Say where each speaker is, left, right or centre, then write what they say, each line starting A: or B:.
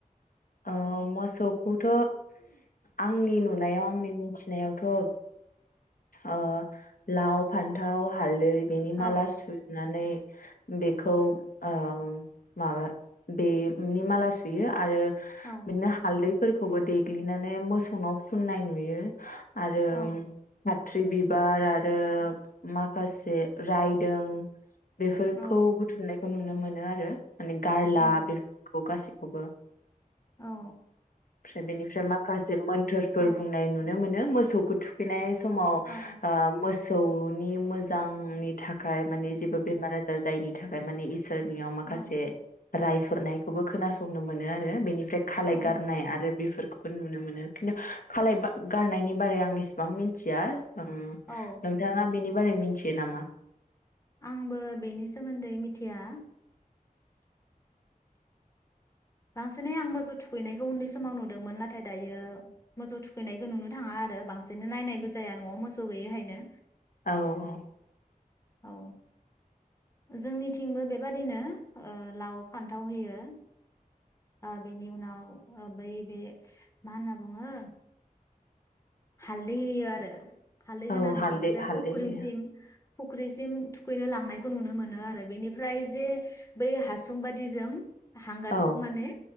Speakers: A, on the left; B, on the left.
A: अ मोसौखौथ आंनि नुनायाव आंनि मिथिनायाव थब ओ लाव फान्थाव हालदै। बेनि
B: औ
A: माला सुनानै बेखौ ओ माबा बेनि माला सुयो आरो
B: औ
A: बिदिनो हालदैफोरखौबो देग्लिनानै मोस सौनायाव फुननाय नुयो। आरो
B: औ
A: थ्रि बिबार आरो माखासे रायदों बेफोरखौ
B: औ
A: बुथुमनायखौ नुनो मोन नो आरो माने गारला
B: औ
A: बेफोरखौ गासिब अबा
B: औ
A: फ्राय बेनिफ्राय माखासे मोन्थोरफोर
B: औ
A: बुंनाय नुनो मोन नो मोसौखौ थुखैनायस समाव ओ
B: औ
A: मोस औनि मोजांनि थाख खाय माने जेबो बेमार आजार जायनि थाखाय माने इसोर नियाव माखासे
B: औ
A: रायफोरनायखौबो खोनासंनो मोनो आरो बेनिफ्राय खालायगारनाय
B: औ
A: आरो बेफोर खौबो नुनो मोनो खिन्थु खालाय बा गारनायनि बारै आं इसेबां मि नथिया ओम
B: औ
A: नोंथाङा बेनि बारै मिनथियो नामा?
B: आंबो बेनि सोमोन्दै मिथिया बांसिनै आं मोसौ थुखैनायखौ उन्दै समाव नुदोंमोन नाथाय दायो मोजौ थुखैनायखौ नुनो थाङा आरो बांसिन नायनायबो जाया न'आव मोसौ गैयैखायनो
A: औ औ
B: औ जोंनिथिंबो बेबादिनो ओ लाव फान्थाव होयो। ओ बेनि उनाव बै बे मा होनना बुङो हालदै होयो आरो। हालदै होनानै
A: औ हालदै
B: बेनिफ्राय
A: हालदै
B: फुख्रिसिम
A: होयो
B: फुख्रिसिम थुखैनो लांनायखौ नुनो मोनो आरो बेनिफ्राय जे बै हासुं बादिजों हांगार
A: औ
B: खौ माने